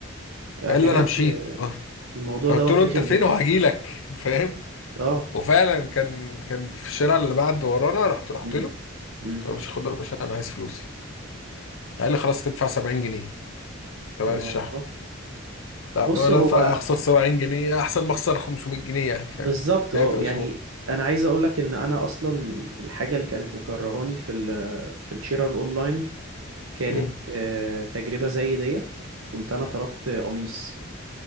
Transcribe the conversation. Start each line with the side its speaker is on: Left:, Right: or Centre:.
Right: آه
Left: قال
Right: بجد
Left: لي أنا مشيت
Right: الموضوع
Left: قلت
Right: دوت
Left: له
Right: رخم
Left: أنت فين
Right: جدا
Left: وهجيلك فاهم
Right: اه
Left: وفعلا كان كان في الشارع اللي بعد ورانا رحت رحت
Right: مم.
Left: له
Right: مم.
Left: مش خد يا باشا انا عايز فلوسي قال لي خلاص تدفع 70 جنيه تمن
Right: اه
Left: الشحن طب
Right: بص
Left: انا
Right: هو
Left: ادفع اخسر 70 جنيه احسن ما اخسر 500 جنيه يعني
Right: بالظبط
Left: فاهم
Right: اه
Left: هات يا باشا
Right: يعني
Left: خد
Right: انا عايز اقول لك ان انا اصلا الحاجه اللي كانت مكرهاني في ال في الشراء الاونلاين كانت
Left: مم.
Right: آه، تجربة زي ديت كنت أنا طلبت قميص